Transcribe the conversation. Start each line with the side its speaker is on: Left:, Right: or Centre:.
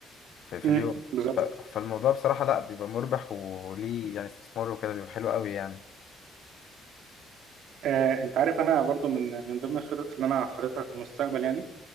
Left: في, في
Right: مم.
Left: اليوم
Right: بالظبط
Left: فالموضوع بصراحه لا بيبقى مربح وليه يعني استثمار وكده بيبقى حلو قوي يعني
Right: آه انت عارف انا برضه من من ضمن الخطط اللي انا حاططها في المستقبل يعني